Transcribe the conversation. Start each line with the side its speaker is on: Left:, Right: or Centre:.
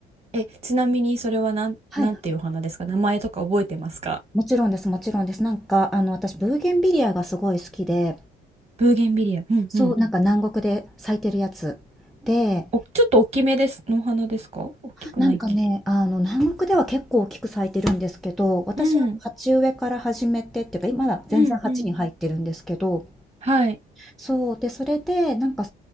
Right: え、ちなみにそれはなん、
Centre: はい、
Right: なんていうお花ですか名前とか覚えてますか
Centre: もちろんです、もちろんです。なんか、あの、私、ブーゲンビリアがすごい好きで、
Right: ブーゲンビリア。うんうん。
Centre: そう、なんん。か南国で咲いてるやつ。で、
Right: お、ちょっと大きめです。のお花ですか大きくないっけ
Centre: なんかね、あの、南国では結構大きく咲いてるんですけど、私は鉢植えから始めてっていうか、
Right: うん。
Centre: 今だ全然鉢に入ってるんですけど、
Right: うんうん。はい。
Centre: そう、で、それで、なんか、